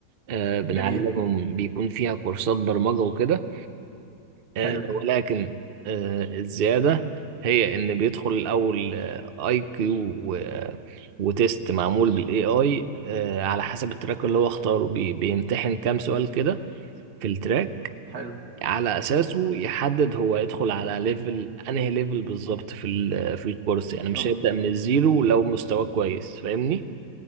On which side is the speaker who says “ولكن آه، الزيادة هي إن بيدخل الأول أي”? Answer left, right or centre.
Right